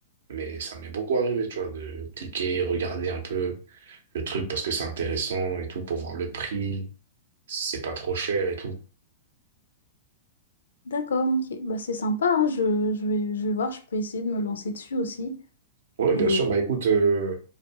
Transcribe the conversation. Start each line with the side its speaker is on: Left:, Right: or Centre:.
Right: mais ça m'est beaucoup arrivé, tu vois, de cliquer, regarder un peu le truc parce que c'est intéressant et tout, pour voir le prix, si c'est pas trop cher et tout.
Left: D'accord, ok. Bah, c'est sympa, hein. Je, je vais, je vais voir, je peux essayer de me lancer dessus aussi.
Right: Ouais,
Left: Et
Right: bien sûr. Bah écoute, euh, de